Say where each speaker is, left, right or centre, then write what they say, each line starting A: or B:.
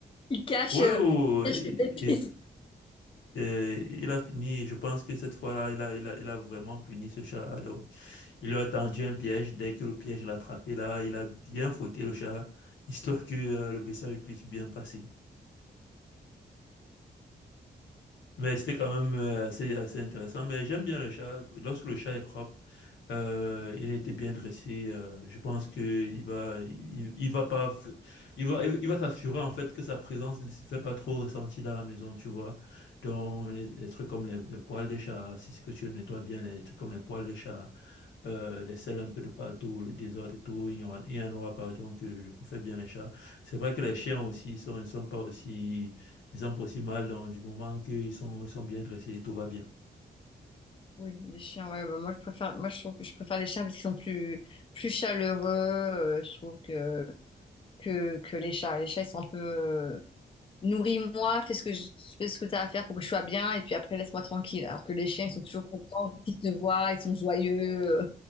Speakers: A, on the left; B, on the left.
A: Il cache,
B: oui,
A: euh,
B: oui,
A: il cache
B: oui.
A: les bêtises.
B: Et, et- et il a fini. Et Je pense que cette fois-là, il a, il a, il a vraiment puni ce chat. Donc, il lui a tendu un piège. Dès que le piège l'a attrapé, là, il a bien fouetté le chat, <laughs> histoire que euh, le message puisse bien passer. Mais c'était quand même euh, assez, assez intéressant. Mais j'aime bien le chat. Lorsque le chat est propre, Euh, il a été bien dressé. euh, je pense que il va, il, il va pas, f- il va, il va s'assurer en fait que sa présence ne se fait pas trop ressentir dans la maison, tu vois. Donc les, les trucs comme les, les poils de chat, si c'est que tu le nettoies bien, les trucs comme les poils de chat, euh, les selles un peu de partout, le désordre et tout, il y aura, il y en aura pas. Donc euh, je préfère bien les chats. C'est vrai que les chiens aussi, ils sont, ils ne sont pas aussi, ils ont pas aussi mal donc, du moment qu'ils sont, ils sont bien dressés, tout va bien.
A: Oui, les chiens, ouais, bah, moi je préfère, moi je trouve que je préfère les chiens parce qu'ils sont plus, plus chaleureux, euh, je trouve que, que, que les chats. Les chats, ils sont un peu, euh, nourris-moi, fais ce que je, fais ce que t'as à faire pour que je sois bien, et puis après laisse-moi tranquille. Alors que les chiens, ils sont toujours contents, quand ils te voient, ils sont joyeux. euh,